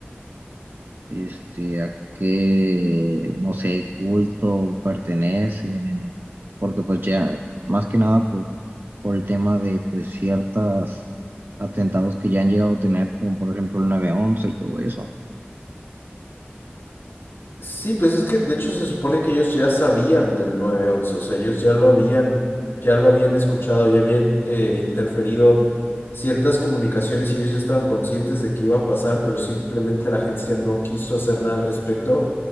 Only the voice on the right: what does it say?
este, a qué, no sé, culto pertenecen, porque pues ya, más que nada por, por el tema de pues ciertos atentados que ya han llegado a tener, como por ejemplo el nueve once y todo eso.